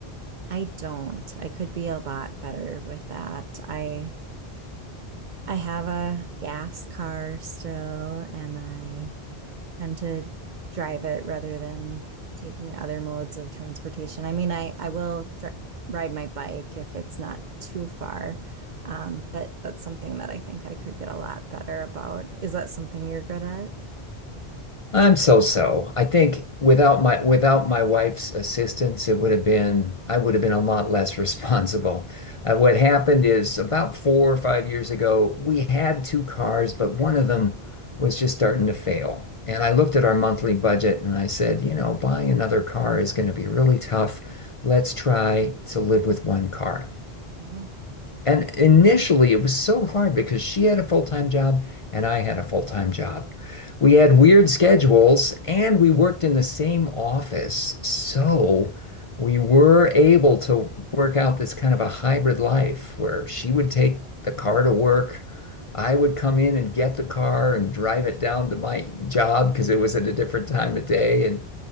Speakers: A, on the right; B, on the left.
A: I don't. I could be a lot better with that. I I have a gas car still, and I tend to drive it rather than taking other modes of transportation. I mean, I I will dri ride my bike if it's not too far, um, but that's something that I think I could get a lot better about. Is that something you're good at?
B: I'm so so. I think without my without my wife's assistance, it would have been I would have been a lot less <laughs> responsible. Uh, what happened is about four or five years ago, we had two cars, but one of them was just starting to fail. And I looked at our monthly budget and I said, you know, buying another car is going to be really tough. Let's try to live with one car.
A: Yeah.
B: And initially, it was so hard because she had a full-time job and I had a full-time job. We had weird schedules and we worked in the same office. So we were able to work out this kind of a hybrid life where she would take the car to work. I would come in and get the car and drive it down to my job because it was at a different time of day. And,